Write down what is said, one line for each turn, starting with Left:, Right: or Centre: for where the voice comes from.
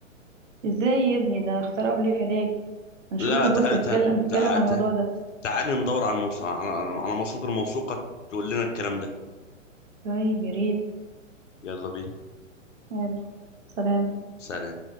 Right: ازاي يا ابني ده اخترعوا ليه علاج انا
Left: لا
Right: شفت بوست
Left: تعالى
Right: بتكلم
Left: تعالى
Right: بتكلم
Left: تعالى
Right: على الموضوع ده
Left: تعالى ندور على الموس... على على مصادر موثوقة تقول لنا الكلام ده
Right: طيب يا ريت
Left: يلا بينا
Right: يلا سلام
Left: سلام